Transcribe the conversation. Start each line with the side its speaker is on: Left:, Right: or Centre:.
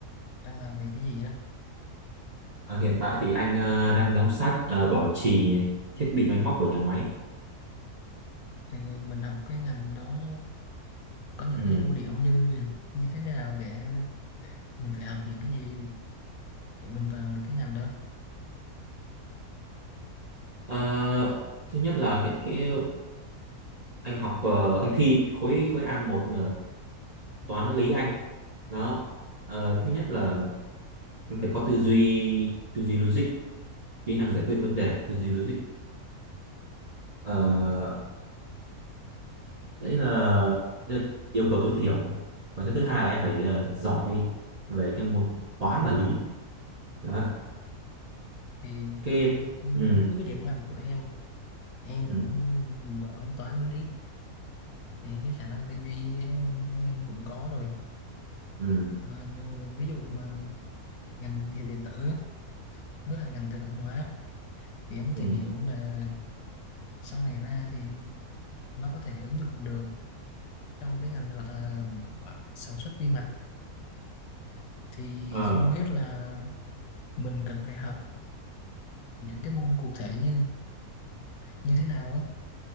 Left: đang làm về cái gì á
Right: Ờ, hiện tại thì anh ờ, đang giám sát ờ, bảo trì thiết bị máy móc của nhà máy
Left: thì mình học cái ngành đó có những
Right: ừ.
Left: cái ưu điểm như như thế nào để, để mình phải học những cái gì để mình vào được cái ngành đó
Right: Ờ, thứ nhất là cái cái anh học ờ, anh thi khối khối a một nữa toán lý anh đó Ờ, thứ nhất là em phải có tư duy tư duy logic kỹ năng giải quyết vấn đề tư duy logic Ờ, đấy là đ- yêu cầu tối thiểu và cái thứ hai là em phải ờ, thật giỏi về cái môn toán và lý đó
Left: thì
Right: cái
Left: cũng, cũng
Right: ừ,
Left: đúng với cái điểm mạnh của em em
Right: ừ,
Left: cũng giỏi toán với lý thì cái khả năng tư duy em, em cũng có rồi
Right: ừ,
Left: mà ví dụ mà ngành điện điện tử với là ngành tự động hóa thì em có
Right: ừ.
Left: tìm hiểu là sau này ra thì nó có thể ứng dụng được trong cái ngành gọi là ờ, sản xuất vi mạch thì
Right: Ờ,
Left: không biết là mình cần phải học những cái môn cụ thể như như thế nào á